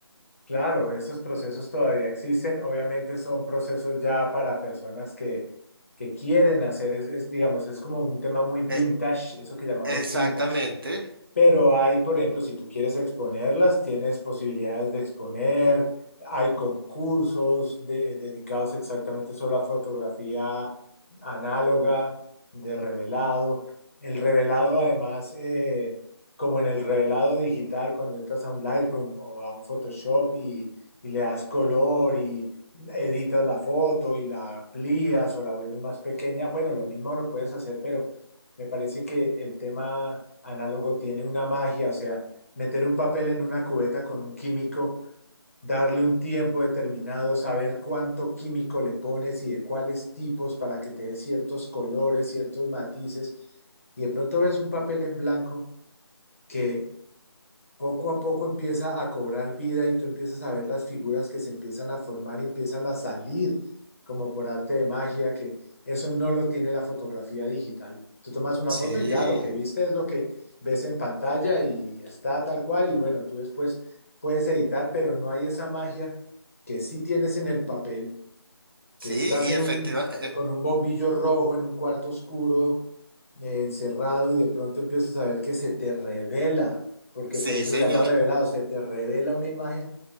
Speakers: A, on the left; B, on the right.
A: Claro, esos procesos todavía existen. Obviamente son procesos ya para personas que, que quieren hacer, es, es, digamos, es como un tema muy vintage,
B: Eh,
A: eso que llamamos
B: exactamente.
A: vintage, Pero hay, por ejemplo, si tú quieres exponerlas, tienes posibilidades de exponer, hay concursos de- dedicados exactamente solo a fotografía análoga, de revelado. El revelado, además, eh, como en el revelado digital, cuando entras a un Lightroom o a un Photoshop y, y le das color y editas la foto y la amplías o la vuelves más pequeña, bueno, lo mismo lo puedes hacer, pero me parece que el tema análogo tiene una magia, o sea, meter un papel en una cubeta con un químico, darle un tiempo determinado, saber cuánto químico le pones y de cuáles tipos para que te dé ciertos colores, ciertos matices, y de pronto ves un papel en blanco que poco a poco empieza a cobrar vida y tú empiezas a ver las figuras que se empiezan a formar y empiezan a salir como por arte de magia, que eso no lo tiene la fotografía digital. Tú tomas una
B: Sí,
A: foto y ya lo que viste es lo que ves en pantalla y está tal cual y bueno, tú después puedes editar, pero no hay esa magia que sí tienes en el papel que
B: sí,
A: estás
B: y
A: en
B: efectivamente.
A: un, con un bombillo rojo en un cuarto oscuro, eh, encerrado, y de pronto empiezas a ver que se te revela, porque
B: sí,
A: por eso
B: señor.
A: se llama revelado, se te revela una imagen,